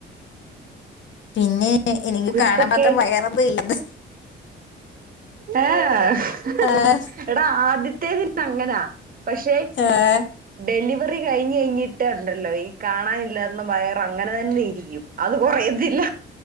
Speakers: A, on the left (about 70°); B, on the right (about 45°).
A: പിന്നെ എനിക്ക്
B: കുരുത്തക്കേട്
A: കാണാൻ മാത്രം വയറെന്നും ഇല്ലന്ന്
B: ഏഹ
A: ആഹ്
B: എടാ ആദ്യത്തെതിൽ അങ്ങനാ പക്ഷെ
A: ആഹ്
B: ഡ ലിവറി കഴിഞ്ഞയ്ഞ് കഴിഞ്ഞിട്ട ഉണ്ടല്ലോ ഈ കാണാനില്ലാർന്ന വയർ അങ്ങനെ തന്നെ ഇരിക്കും അത് കൊറയത്തില്ല